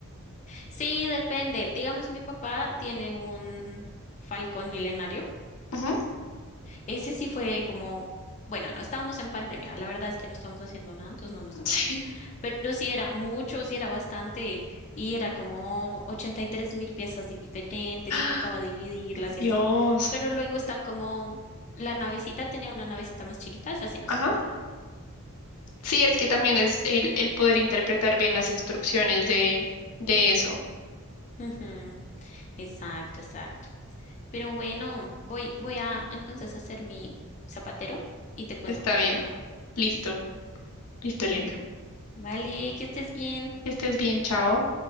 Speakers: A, on the left; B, on the left.
A: Sí, depende. Digamos, mi papá tiene un Falcón milenario.
B: Ujú,
A: Ese sí fue como, bueno, no estábamos en pandemia. La verdad es que no estábamos haciendo nada, entonces no nos
B: <laughs>
A: demoramos.
B: Sí.
A: Pero sí era mucho, sí era bastante. Y era como ochenta y tres mil piezas diferentes
B: ¡Ah!
A: y tocaba dividirlas
B: Dios.
A: y así. Pero luego están como, la navecita tenía una navecita más chiquita, esa sí no
B: Ajá.
A: se demoraban.
B: Sí, es que también es el, el poder interpretar bien las instrucciones de, de eso.
A: Ujú, Exacto, exacto. Pero bueno, voy, voy a entonces hacer mi zapatero y te cuento
B: Está
A: qué tal
B: bien.
A: me va.
B: Listo. Listo, Elimio.
A: Vale, que estés bien.
B: Que estés bien, chao.